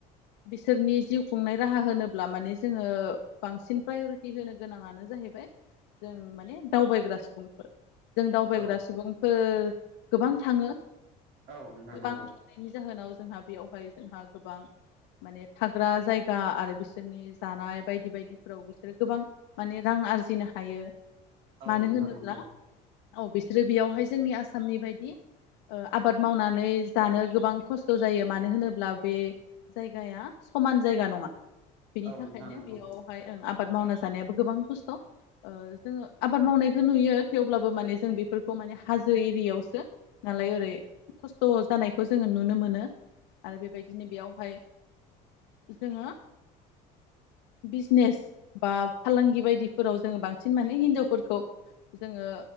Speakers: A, on the left (about 80°); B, on the right (about 75°).
A: बिसोरनि जिउ खुंनाय राहा होनोब्ला माने जोङो बांसिन प्रायरिटि होनो गोनाङानो जाहैबाय जों माने दावबायग्रा सुबुंफोर जों दावबायग्रा
B: औ
A: सुबुंफोर गोबां थाङो
B: औ नोंथां
A: गोबां
B: नंगौ
A: <unintelligible> जाहोनाव जोंहा बेयावहाय जोंहा गोबां माने थाग्रा जायगा आरो बिसोरनि जानाय बायदि बायदि बिसोरो गोबां माने रां आरजिनो हायो
B: औ
A: मानो
B: नोंथां
A: होनोब्ला
B: नंगौ
A: औ बिसोरो बेयावहाय जोंनि आसामनि बायदि आबाद मावनानै जानो गोबां खस्थ' जायो मानो होनोब्ला बे जायगाया समान जायगा नङा बेनि
B: औ
A: थाखायनो
B: नोंथां नंगौ
A: बेयाव आबाद मावना जानायाबो गोबां खस्थ' जोङो आबाद मावनायखौ नुयो थेवब्लाबो माने जों बेफोर माने हाजो एरियावसो नालाय ओरै खस्थ' जानायखौ जोङो नुनो मोनो आरो बेबायदिनो बेयावहाय जोङो बिजनेस बा फालांगि बायदिफोराव जोंङो बांसिन माने हिनजावफोरखौ जोङो